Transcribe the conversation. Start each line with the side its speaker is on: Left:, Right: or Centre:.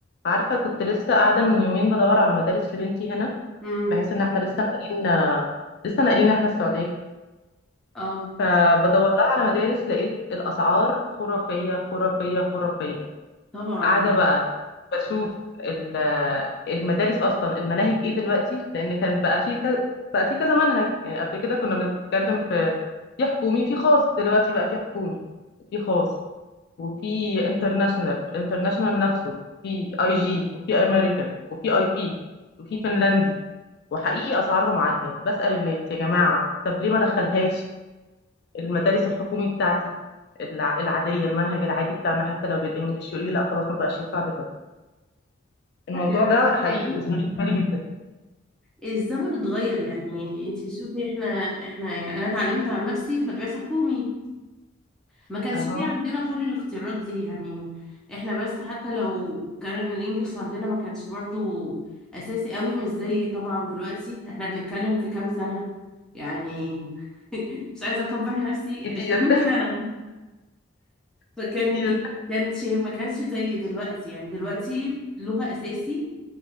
Left: عارفة كنت لسه قاعدة من يومين بدور على مدارس لبنتي هنا
Centre: امم
Left: بحيث ان احنا لسه ناقلين لسه ناقلين احنا السعودية جديد.
Centre: اه
Left: فبدور لها على مدارس لقيت الأسعار خرافية خرافية خرافية
Centre: طبعا
Left: قاعدة بقى بشوف ال- المدارس أصلا المناهج ايه دلوقتي لأن كان بقى في كذا بقى في كذا منهج يعني قبل كده كنا بنتكلم في في حكومي في خاص دلوقتي بقى في حكومي في خاص وفي انترناشونال والانترناشونال نفسه في اي جي وفي امريكان وفي اي بي وفي فنلندي وحقيقي اسعارهم عاليه بسأل الناس يا جماعه طب ليه ما دخلهاش المدارس الحكومي بتاعتي الع- العاديه المنهج العادي بتاعنا حتى لو بالانجلش يقول لي لا خلاص ما بقاش ينفع دلوقتي الموضوع
Centre: لا يا
Left: ده
Centre: رنا،
Left: حقيقي شغل بالي جدا
Centre: الزمن اتغير يعني انت شوفي احنا احنا يعني انا اتعلمت على نفسي في مدرسة حكومي ما كانش
Left: اها
Centre: فيه عندنا كل الاختيارات دي يعني احنا بس حتى لو كان الانجليش عندنا ما كانش برضو اساسي قوي مش زي طبعا دلوقتي احنا بنتكلم في كام سنة يعني <laughs> مش عايزة اكبر نفسي
Left: كتير
Centre: 20 سنة فكان
Left: <laughs> كتير
Centre: ال- كانش ما كانش زي دلوقتي يعني دلوقتي لغة اساسي